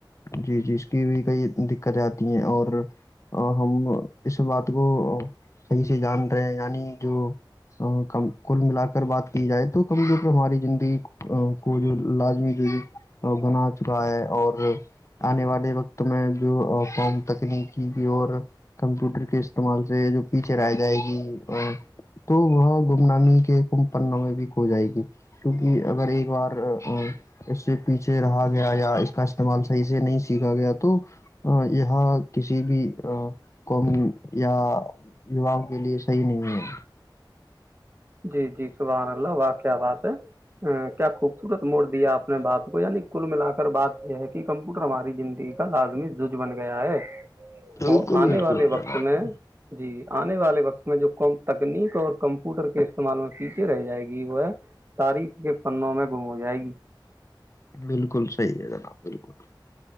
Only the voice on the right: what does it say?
جی جی صبحان اللہ واقع بات ہے ہ کیا خوبصورت موڑ دیا آپ نے بات کو یعنی کل ملا کر بات یہ ہے کہ کمپیوٹر ہماری زندگی کا لازمی جج بن گیا ہے
وہ آنے
والے
وقت میں جی آنے والے وقت میں جو کم تکنیک اور کمپیوٹر کے پیچھے رہ جائے گی وہ ہے تاریخ کے پنوں میں گم ہو جائے گی